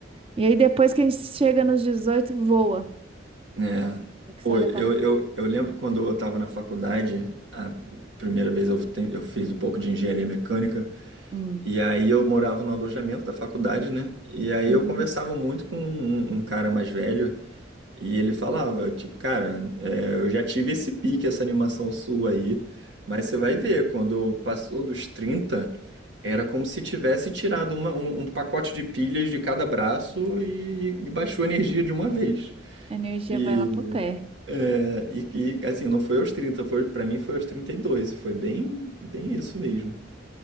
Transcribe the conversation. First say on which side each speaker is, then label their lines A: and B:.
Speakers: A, on the right (about 30°); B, on the right (about 70°).
A: E aí depois que a gente chega nos 18 voa.
B: né?
A: É que
B: Pô,
A: você olha
B: eu,
A: pra.
B: eu, eu lembro quando eu tava na faculdade, a primeira vez eu, ten- eu fiz um pouco de engenharia mecânica,
A: Hum.
B: e aí eu morava no alojamento da faculdade, né? E aí
A: Uhum.
B: eu conversava muito com um, um um cara mais velho, e ele falava, tipo, cara, é, eu já tive esse pique, essa animação sua aí, mas você vai ver, quando passou dos 30. Era como se tivesse tirado uma- um, um pacote de pilhas de cada braço e, e baixou a energia de uma vez.
A: A energia
B: E,
A: vai lá pro pé.
B: é, e- e, assim, não foi aos trinta foi, para mim foi aos 32. Foi bem, bem isso mesmo.